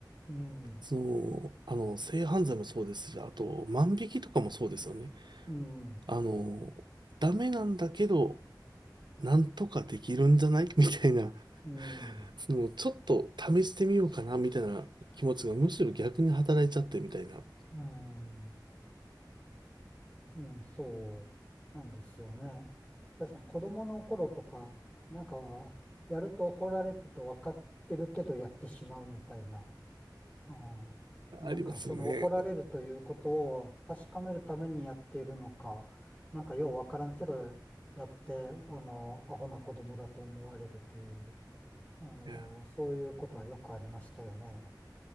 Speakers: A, on the left; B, on the right.
A: うん、
B: その、あの、性犯罪もそうですし、あと、万引きとかもそうですよね。
A: うん、
B: あの、ダメなんだけど、なんとかできるんじゃない <laughs> みたいな、
A: うん。
B: その、ちょっと試してみようかな、みたいな気持ちがむしろ逆に働いちゃってみたいな。
A: うん、うん、そうなんですよね。確かに子供の頃とか、なんか、やると怒られると分かってるけどやってしまうみたいな。うん、
B: ありますよね。
A: なんか、その怒られるということを確かめるためにやっているのか、なんかよう分からんけどやって、あの、アホな子供だと思われるという、あの、
B: いや、
A: そういうことはよくありましたよね。